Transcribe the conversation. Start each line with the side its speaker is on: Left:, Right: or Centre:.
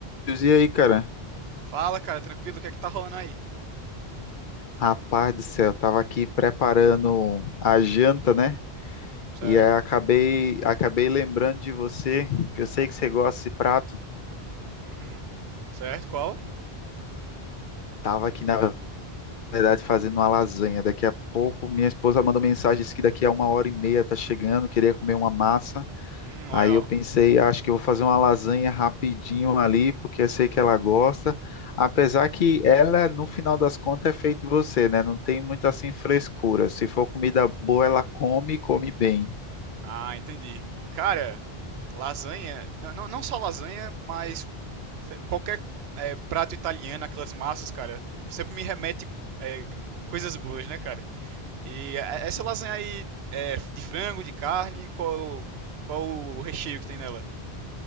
Left: E aí, cara?
Right: Fala, cara, tranquilo, o que é que tá rolando aí?
Left: Rapaz do céu, eu tava aqui preparando a janta, né?
Right: Certo?
Left: E aí acabei, acabei lembrando de você, que eu sei que você gosta desse prato.
Right: Uhum. Certo, qual?
Left: Tava aqui, na verdade, fazendo uma lasanha. Daqui a pouco, minha esposa mandou mensagem, disse que daqui a uma hora e meia tá chegando, queria comer uma massa.
Right: Hum, legal.
Left: Aí eu pensei, acho que eu vou fazer uma lasanha rapidinho ali, porque eu sei que ela gosta. Apesar que ela, no final das contas, é feita em você, né? Não tem muito assim frescura. Se for comida boa, ela come e come bem.
Right: Ah, entendi. Cara, lasanha, não, não, não só lasanha, mas se- qualquer é, prato italiano, aquelas massas, cara, sempre me remete é, coisas boas, né, cara? E é- é, essa lasanha aí é de frango, de carne, qual, qual o recheio que tem nela?